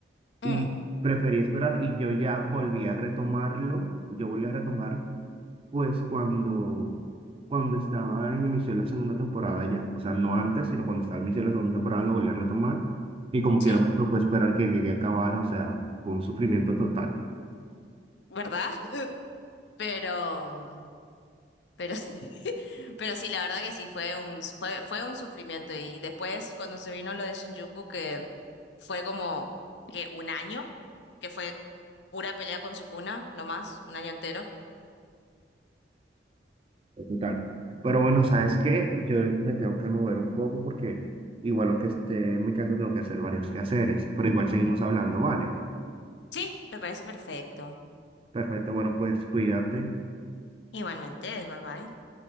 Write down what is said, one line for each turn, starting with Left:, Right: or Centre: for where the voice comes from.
Right: y
Left: Mm,
Right: preferí esperar y yo ya volví a retomarlo, yo volví a retomar Pues cuando, cuando estaba en emisión la segunda temporada ya, o sea, no antes, sino cuando estaba en emisión la segunda temporada la volví a retomar y como
Left: sí,
Right: quiera me tocó esperar que llegue a acabar, o sea, fue un sufrimiento total,
Left: ¿verdad? <laughs> Pero, pero sí, <laughs> pero sí, la verdad que sí, fue un, fue, fue un sufrimiento. Y después, cuando se vino lo de Shinjuku, que fue como que un año, que fue pura pelea con Sukuna, no más, un año entero.
Right: total. Pero bueno, ¿sabes qué? Yo me tengo que mover un poco porque igual aunque esté en mi casa tengo que hacer varios quehaceres, pero igual seguimos hablando, ¿vale?
Left: Sí, me parece perfecto.
Right: Perfecto, bueno, pues cuídate.
Left: Igualmente, bye bye.